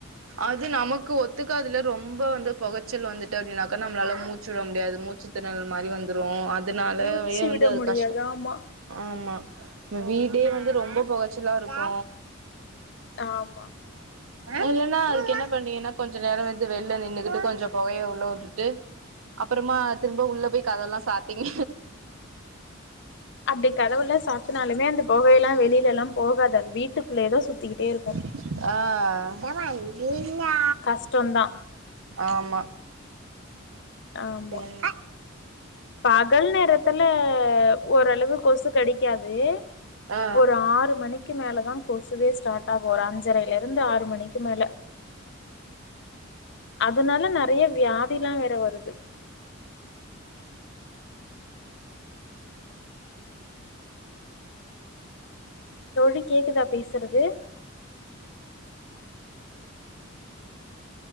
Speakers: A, on the right; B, on the left.
A: அது நமக்கு ஒத்துக்காதுல்ல ரொம்ப வந்து பொகச்சல் வந்துட்டு அப்டின்னாக்கா நம்மளால மூச்சு விட முடியாது மூச்சு திணறல் மாரி வந்துரு அதுனாலயே
B: மூச்சு
A: வந்து
B: விட
A: அது
B: முடியாது.
A: கஷ்டோ
B: ஆமா.
A: ஆமா வீடே வந்து ரொம்ப பொகச்சலா இருக்கு
B: ஆமா.
A: அதுல என்னா அதுக்கு என்ன பண்றீங்கன்னா கொஞ்சோ நேரோ வந்து வெள்ல நின்னுகிட்டு கொஞ்சோ பொகைய உள்ள வுட்டுட்டு அப்பறமா
B: ம்.
A: திரும்ப உள்ள போய் கதவெல்லா சாத்திங்க
B: அப்டி கதவெல்லா சாத்துனாலுமே அந்த பொகையெல்லா வெளில எல்லா போகாது அது வீட்டுக்குள்ளயேதா சுத்திக்கிட்டே இருக்கு
A: ஆ
B: கஷ்டந்தா
A: ஆமா
B: ஆமா.
A: ம்
B: பகல் நேரத்துல ஓரளவு கொசு கடிக்காது
A: ஆ
B: ஒரு ஆறு மணிக்கி மேலதா கொசுவே ஸ்டார்ட் ஆகு ஒரு அஞ்சரைல இருந்து ஆறு மணிக்கி மேல அதுனால நெறைய வியாதிலா வேற வருது தோழி கேக்குதா பேசுறது